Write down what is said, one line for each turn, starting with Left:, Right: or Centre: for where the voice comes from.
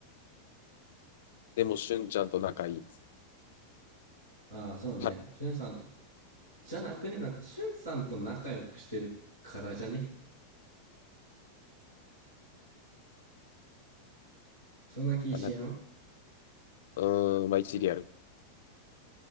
Left: でも、しゅんちゃんと仲いいです。
Right: うな。ああ、そうね。
Left: はい。
Right: しゅんさんと、じゃなくね、なんかしゅんさんと仲良くしてるからじゃね。そんな気しやん。
Left: だめうーん、まあ一理ある。